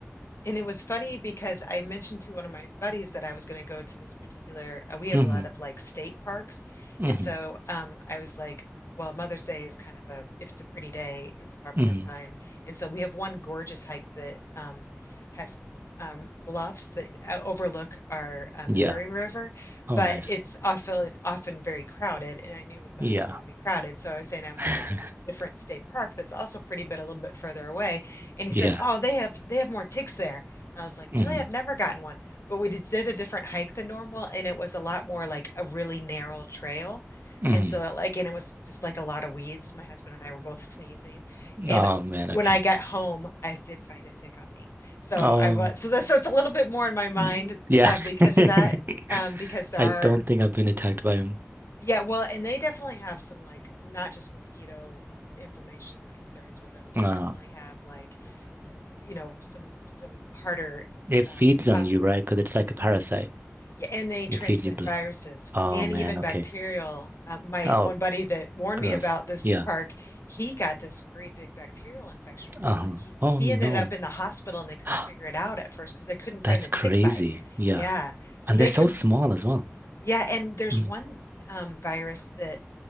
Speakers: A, on the left; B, on the right.
A: and it was funny because I mentioned to one of my buddies that I was going to go to this particular, uh, we have
B: hmm
A: a lot of like state parks.
B: hmm
A: And so um, I was like, well, Mother's Day is kind of a, if it's a pretty day, it's a popular
B: hmm
A: time. And so we have one gorgeous hike that um, has um, bluffs that uh, overlook our uh, Missouri
B: Yeah.
A: River,
B: Oh,
A: but
B: nice.
A: it's often often very crowded. And I knew with Mother's
B: Yeah.
A: Day to be crowded. So I was saying I was
B: <laughs>
A: going to go to this different state park that's also pretty, but a little bit further away and he
B: Yeah.
A: said, "Oh, they have they have more ticks there." And I was like,
B: hmm
A: "Really? I've never gotten one." But we did did a different hike than normal, and it was a lot more like a really narrow trail.
B: hmm
A: And so it, like, and it was just like a lot of weeds. My husband and I were both sneezing, and
B: Oh man.
A: when
B: Okay.
A: I got home, I did find a tick on me. So
B: Oh.
A: I was so that so it's a little bit more in my mind
B: Y- Yeah.
A: uh, because
B: <laughs>
A: of that, um, because there
B: I
A: are
B: don't think I've been attacked by him.
A: yeah, well, and they definitely have some like not just mosquito inflammation concerns with them. They
B: Uh,
A: definitely have like r- you know some some harder
B: it feeds
A: um,
B: on
A: consequence.
B: you, right? Because it's like a parasite.
A: Yeah, and they transmit
B: It feeds you blood.
A: viruses
B: Oh
A: and
B: man,
A: even
B: okay.
A: bacterial. Uh, my
B: Oh,
A: one buddy that warned
B: gross.
A: me about this
B: Yeah.
A: park, he got this great big bacterial infection from
B: Uh-huh.
A: one. He
B: Oh
A: he
B: no.
A: ended up in the hospital and they couldn't
B: <gasps>
A: figure it out at first because they couldn't find
B: That's
A: the
B: crazy.
A: tick bite.
B: Yeah.
A: Yeah, so
B: And
A: they
B: they're so
A: can.
B: small as well.
A: Yeah, and there's
B: Mm.
A: one um, virus that